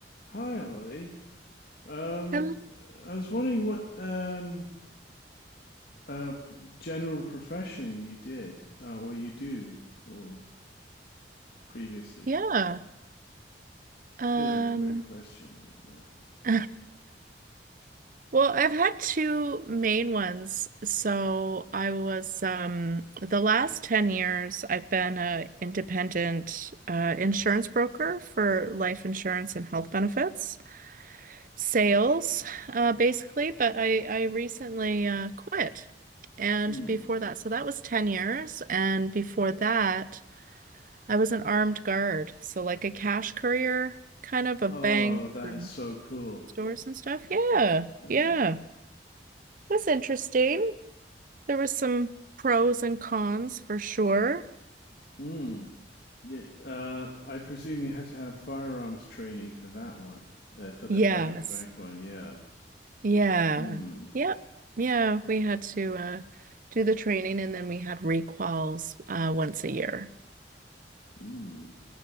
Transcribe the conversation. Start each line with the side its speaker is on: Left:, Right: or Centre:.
Left: Hi, Ollie. Um,
Right: Um,
Left: I was wondering what um, uh, general profession you did, uh, or you do, or previously.
Right: yeah. Um,
Left: Bit of a weird question, but yeah.
Right: <laughs> well, I've had two main ones. So I was um the last 10 years I've been a independent uh, insurance broker for life insurance and health benefits, sales, uh, basically, but I I recently uh, quit. And
Left: Hmm.
Right: before that, so that was 10 years, and before that I was an armed guard, so like a cash courier, kind of a
Left: Oh,
Right: bank
Left: that
Right: and
Left: is so cool.
Right: stores and stuff. Yeah,
Left: Yeah.
Right: yeah. That's interesting. There was some pros and cons for sure.
Left: Hmm. The- Uh, I presume you had to have firearms training for that one, uh, for the
Right: Yes.
Left: bank bank one. Yeah.
Right: Yeah.
Left: Hmm.
Right: Yeah. Yeah. We had to uh, do the training and then we had recalls uh, once a year.
Left: Hmm.